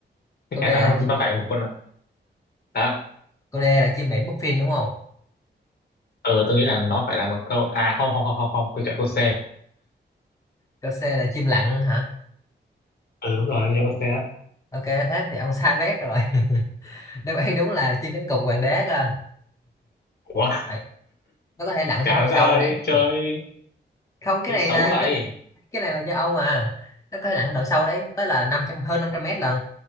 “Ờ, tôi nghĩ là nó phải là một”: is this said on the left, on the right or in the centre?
Left